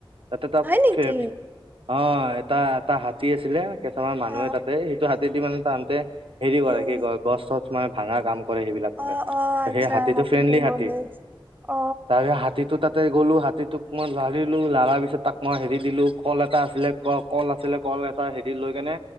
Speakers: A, on the right; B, on the right.
A: তাতে ত
B: হয় নেকি
A: ফে অ হয়। এটা-এটা হাতী আছিলে কেইটামান মানুহে
B: অ
A: তাতে সেইটো হাতী দি মানে তাহঁআতে হেৰি কৰে
B: উম
A: কি কয় গছ-চছ মানে ভাঙা কাম। কৰে সেইবিলাকে।
B: অ অ আচ্ছা
A: সেই হাতীটো
B: হাতীতে
A: ফ্ৰেণ্ডলী হাতী।
B: বহি অ
A: তাৰে হাতীটো তাত তাতে গ'লোঁ, হাতীটোক মই লাৰিলো, লাৰাৰ পিছত তাক মই হেৰি দিলো কল এটা আছিলে কল আছিলে কল এ তাৰ পৰা হেৰী লৈ কেনে